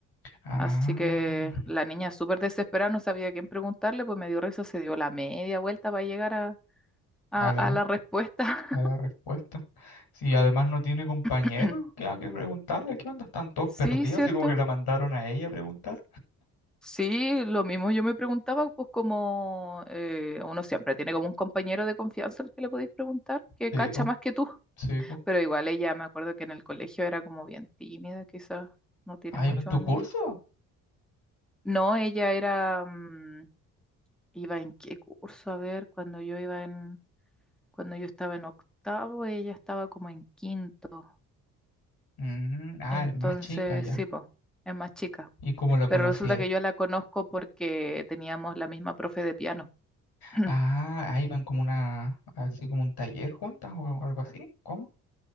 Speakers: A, on the left (about 55°); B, in the centre.
A: Ah,
B: Así que la niña súper desesperada, no sabía a quién preguntarle, pues me dio risa, se dio la media vuelta para llegar a, a,
A: a la,
B: a la respuesta.
A: a la respuesta. Si además no tiene compañeros,
B: <clears throat>
A: ¿qué hay que preguntarle? ¿Qué onda? Están todos
B: Sí,
A: perdidos
B: cierto.
A: y como que la mandaron a ella a preguntar.
B: Sí, lo mismo yo me preguntaba, pues como eh, uno siempre tiene como un compañero de confianza al que le podéis preguntar, que
A: Sí,
B: cacha
A: pues.
B: más que tú.
A: Sí, po.
B: Pero igual ella, me acuerdo que en el colegio era como bien tímida, quizás no tiene
A: Ah,
B: muchos
A: ¿iba en tu
B: amigos.
A: curso?
B: No, ella era, mm, iba en qué curso, a ver, cuando yo iba en, cuando yo estaba en octavo, ella estaba como en quinto.
A: Mm, ah,
B: Entonces,
A: es más chica ya.
B: sí, pues, es más chica.
A: ¿Y cómo la conocí
B: Pero resulta
A: ahí?
B: que yo la conozco porque teníamos la misma profe de piano. <clears throat>
A: Ah, ahí van como una, así como un taller juntas o algo así. ¿Cómo?